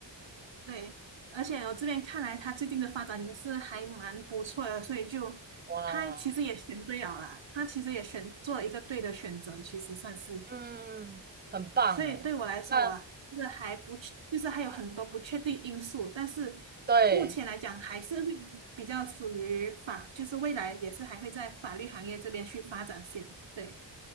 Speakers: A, on the right; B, on the right.
A: 对，而且我这边看来，他最近的发展也是还蛮不错的，所以就他其实也选对了啦，
B: 哇，
A: 他其实也选做了一个对的选择，其实算是。
B: 嗯，很棒哎。
A: 所以对我来说啊，
B: 那
A: 我就是还不确就是还有很多不确定因素，但是
B: 对，
A: 目前来讲还是会比较属于法，就是未来也是还会在法律行业这边去发展线。对，